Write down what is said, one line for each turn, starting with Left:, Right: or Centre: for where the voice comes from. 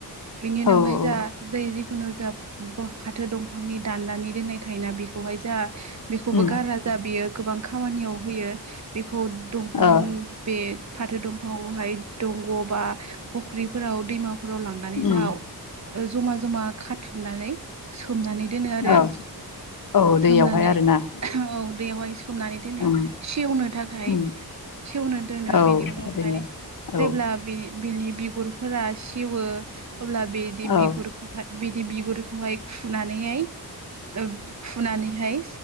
Right: बिनि उनावहाय
Left: औ औ
Right: जा जै जिखुनु जा फाथो दं बिफांनि दान्दानि दोननाय थायोना बेखौहाय जा बेखौबो
Left: उम
Right: गारा जा बियो। गोबां खामानियाव होयो बे खौ दंफां
Left: ओ
Right: बे फाथो दंफांआवहाय दं बबा फखरी फोराव दैमा फोराव लांनानै
Left: उम
Right: जाहा ओ जमा जमा खाथुमनानै सोमनानै दोनो आरो।
Left: औ औ
Right: सोमनानै
Left: दैयावहाय आरोना।
Right: औ दैयावहाय सोमनानै दोनो
Left: उम
Right: सेवनो थाखाय।
Left: उम
Right: सेवनो दोनो
Left: औ ओरैनो
Right: बेनि उनावहाय
Left: औ
Right: जेब्ला बे बिनि बिगुरफोरा सेवो अब्ला बिनि
Left: औ
Right: बिगुरखौहाय बिनि बिगुरखौहाय। खुनानैहाय ओ खुनानैहाय